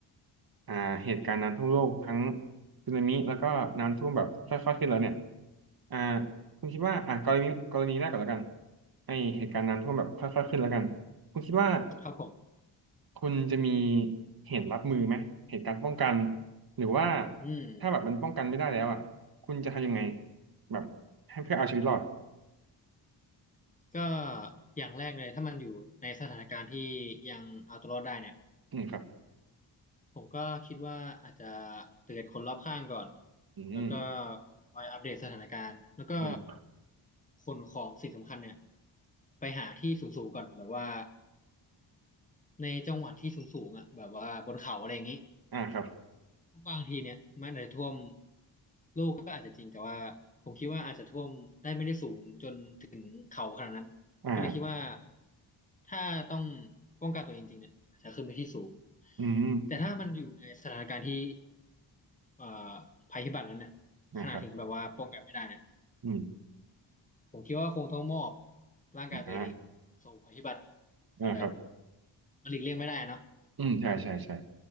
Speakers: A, on the right (about 50°); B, on the left (about 15°).
A: อ่าเหตุการณ์น้ำท่วมโลกทั้งสึนามิแล้วก็น้ำท่วมแบบค่อยๆขึ้นแล้วเนี่ยอ่าคุณคิดว่าอ่ะกรณีกรณีแรกก่อนแล้วกันไอเหตุการณ์น้ำท่วมแบบค่อยๆขึ้นแล้วกันคุณคิดว่า
B: ครับผม
A: คุณจะมีเหตุรับมือไหมเหตุการณ์ป้องกันหรือว่า
B: อืม
A: ถ้าแบบมันป้องกันไม่ได้แล้วอ่ะคุณจะทำยังไงแบบให้เพื่อเอาชีวิตรอด
B: ก็อย่างแรกเลยถ้ามันอยู่ในสถานการณ์ที่ยังเอาตัวรอดได้เนี่ย
A: อืมครับ
B: ผมก็คิดว่าอาจจะเตือนคนรอบข้างก่อน
A: อืม
B: แล้วก็คอยอัปเดตสถานการณ์แล้วก็
A: อ่า
B: ขนของสิ่งสำคัญเนี่ยไปหาที่สูงๆก่อนแบบว่า ในจังหวัดที่สูงๆอ่ะแบบว่าบนเขาอะไรอย่างนี้
A: อ่าครับ
B: บางทีเนี่ยมันอาจจะท่วมลูกก็อาจจะจริงแต่ว่าผมคิดว่าอาจจะท่วมได้ไม่ได้สูงจนถึงเขาขนาดนั้นก็เลยคิดว่า
A: อ่า
B: ถ้าต้องป้องกันตัวเองจริงเนี่ยอาจจะขึ้นไปที่สูง
A: อืม
B: แต่ถ้ามันอยู่ในสถานการณ์ที่เอ่อภัยพิบัติแล้วเนี่ย
A: นะครับ
B: ขนาดถึงแบบว่าป้องกันไม่ได้เนี่ย
A: อืม
B: ผมคิดว่าคงต้องมอบร่างกายตัวเองสู่ภัยพิบัติ
A: อ่านะครับ
B: แบบมันหลีกเลี่ยงไม่ได้เนาะ
A: อืมใช่ใช่ใช่